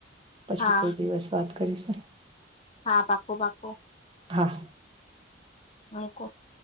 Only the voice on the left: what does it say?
હા
હા, પાક્કુ પાક્કુ
<unintelligible>